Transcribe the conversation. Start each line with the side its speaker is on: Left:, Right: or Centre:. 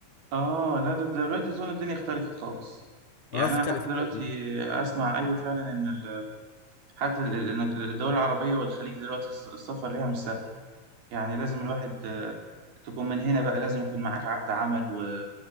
Right: اه لا ده ده دلوقتي اظن الدنيا اختلفت خالص يعني
Left: اه اختلف
Right: انا حتى دلوقتي
Left: آه.
Right: اسمع ايوه فعلا ان حتى ال- ال- إنك- الدول العربية والخليج دلوقتي الس- السفر ليها مش سهل يعني لازم الواحد آه، تكون من هنا بقى لازم يكون معاك عقد عمل و...